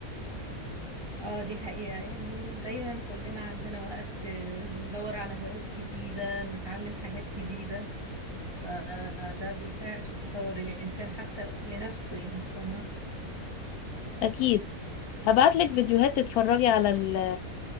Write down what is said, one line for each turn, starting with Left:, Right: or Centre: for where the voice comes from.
Right: اه دي حقيقة يعني دايما كلنا عندنا وقت آه، ندور على هوايات جديدة نتعلم حاجات جديدة فده بيساعد في تطور الإنسان حتى لنفسه يعني فاهمة
Left: اكيد هبعت لك فيديوهات تتفرجي على ال